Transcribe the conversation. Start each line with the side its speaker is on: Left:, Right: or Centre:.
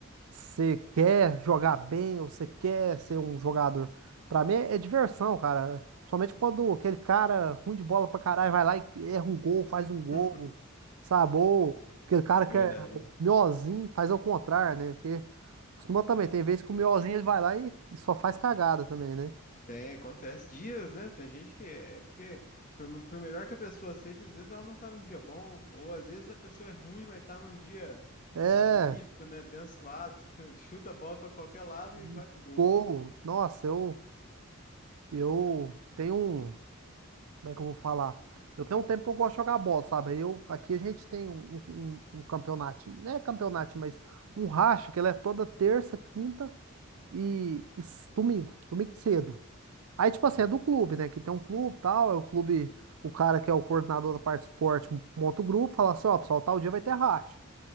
Right: Você quer jogar bem ou você quer ser um jogador? Pra mim é, é diversão, cara. Principalmente quando aquele cara ruim de bola pra caralho vai lá e erra um gol, faz um
Left: <laughs>
Right: gol, sabe? Ou aquele cara
Left: Verdade.
Right: que é miozinho faz ao contrário, né? Porque costuma também, tem vezes que o miozinho ele vai lá e, e só faz cagada também, né?
Left: Tem, acontece dias, né? Tem gente que é porque por, por melhor que a pessoa seja, às vezes ela não tá num dia bom, ou às vezes a pessoa é ruim, mas tá num dia
Right: É,
Left: magnífico, né? Abençoado, <laughs> chuta a bola pra qualquer lado
Right: e
Left: e vai pro gol.
Right: gol. Nossa, eu, eu tenho um. Como é que eu vou falar? Eu tenho um tempo que eu gosto de jogar bola, sabe? Aí Eu, aqui a gente tem um, um, um um campeonato, não é campeonato, mas um racha, que ele é toda terça, quinta e, e s- domingo, domingo de cedo. Aí, tipo
Left: Uhum,
Right: assim, é do clube, né? Que tem um clube e tal, é o clube, o cara que é o coordenador da parte de esporte monta o grupo, fala assim, ó, pessoal, tal dia vai ter racha.